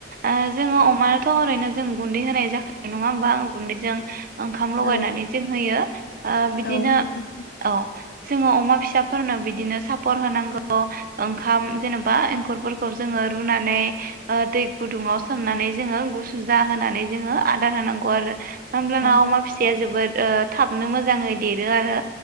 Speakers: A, on the right (about 50°); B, on the left (about 60°).
A: ओ जोङो अमायाथ' ओरैनो जों गुन्दै होनाय जाखानायो नङा होमबा गुन्दैजों ओंखाम लगायनानै
B: औ
A: जों होयो। ओ बिदिनो
B: औ नोंगौ।
A: औ जोङो अमा फिसाफोरनो बिदिनो सापर होनांगौ ओंखाम जेनेबा एंखुरफोरखौ जोङो रुनानै दै गुदुङाव सोमनानै जोङो गुसु जाहानै जोङो आदार होनांगौ आरो। होमब्लाना
B: औ
A: अमा फिसाया जोबोद ओ थाबनो मोजाङै देरो आरो।